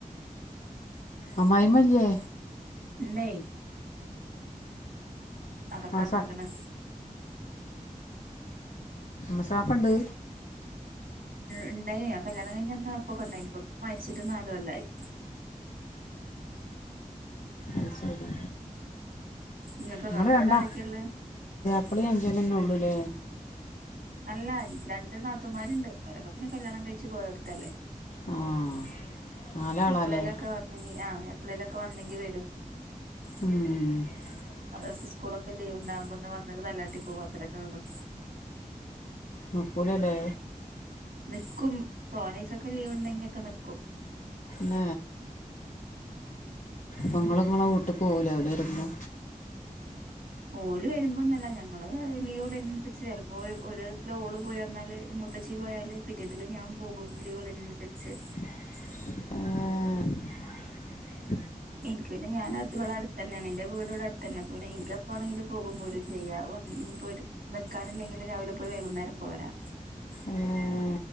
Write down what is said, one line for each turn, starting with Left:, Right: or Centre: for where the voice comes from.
Left: അമ്മമായി ല്ലേ
Right: ന അട
Left: മാസ
Right: കടന്ന് കുണ്
Left: മസക്ക ഇണ്ട്
Right: ഉണ്ടായി ഞാൻ കല്യാണം കഴിഞ്ഞഞ്ാ അപ്പൊക്കെണ്ടായിനി ഇപ്പ മരിച്ചിട്ട് നാലകൊല്ല ആായി
Left: അ ശരി
Right: ഇങ്ങക്ക്
Left: നിങ്ങൾ
Right: ഇങ്ങക്ക്
Left: രണ്ടാേ
Right: അവിടെ ആരൊക്കെയുള്ളെ
Left: പ്പിളി അഞ്ചനന്നെ ഉള്ളൂല്ലേ
Right: അല്ല രണ്ട് നാത്തമാരുണ്ട് ഒരക്ക പിന്നെ കല്യാണം കഴ ച്ച് പോയെടുത്തല്ലേ
Left: ആഹ് നാലാളാല്ലേ
Right: എപ്പോഴേലൊക്കെ വന്നെങ്കി ആ് എപ്പോളേലൊക്കെ വന്നെങ്കി വരും
Left: ഉ <unintelligible>
Right: അത് സ്കൂൊക്കെ ലീവ് ഉണ്ടാവുമ്പോന്ന് വന്ന തലാട്ട പോവാത്രേള്ളൂ
Left: മക്കു ല ല്ലേ
Right: നിക്കും തോനൈസൊക്കെ ലീവ് ഉണ്ടെങ്കിൊക്കെ നക്കും
Left: ന പൊങ്ങളങ്ങളെ വീട്ട് പോല അവല വരുമ്പോ
Right: ഓല് വരുമ്പോന്നല്ല ഞങ്ങള് ലീവള അനുസരിച്ച് ചിലപ്പോ ഒരു ഓള് പോയി വന്നാല് മുത്തച്ചി പോയാല് പിറ്റേതില് ഞാൻ പോകും വിളവിളിനനുസരിച്ച്
Left: ആഏ
Right: എനിക്ക് പിന്നെ ഞാനൻ അവിളടെ അടുത്ത തന്നെയാണ് എൻന്റെ വീടടെ തന്നെപ്പന്നെ എനിക്കപ്പോ ആണെങ്കില പോകും പോലും ചെയ്യ ഇനി പോ നിൽക്കാനില്ലെങ്കിൽ രാവിലെ പോയി വൈകുന്നേരം പോരാ
Left: ആഹ